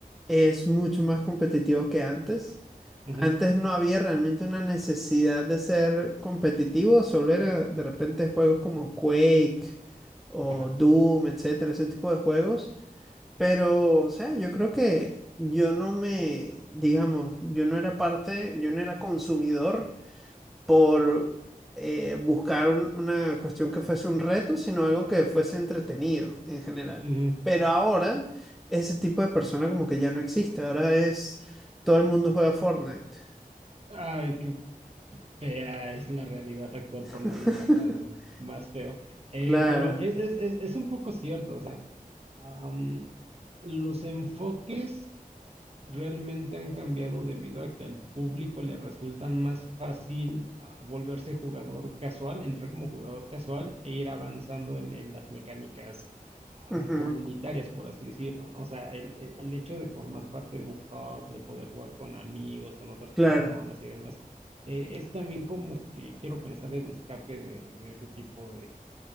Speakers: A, in the centre; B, on the right.
A: es mucho más competitivo que antes.
B: ujú,
A: Antes no había realmente una necesidad de ser competitivo, solo era de repente juegos como Quake o
B: ajá,
A: Doom, etcétera, ese tipo de juegos. Pero, o sea, yo creo que yo no me, digamos, yo no era parte, yo no era consumidor por eh, buscar un- una cuestión que fuese un reto, sino algo que fuese entretenido en general.
B: ujú.
A: Pero ahora ese tipo de persona como que ya no existe, ahora es todo el mundo juega Fortnite.
B: Ay, qué fea es la realidad actual,
A: <laughs>
B: por no llamarla de más feo. Eh,
A: Claro,
B: pero es, es, es, es un poco cierto, o sea, am, los enfoques realmente han cambiado debido a que al público le resulta más fácil ah, volverse jugador casual, entrar como jugador casual e ir avanzando en, en las mecánicas ah,
A: ujú,
B: comunitarias, por así decirlo, ¿no? O sea, el, el- el hecho de formar parte de un hub, de poder jugar con amigos, con otras
A: Claro,
B: personas y demás, eh, es también como que quiero pensar el escape de, de ese tipo de,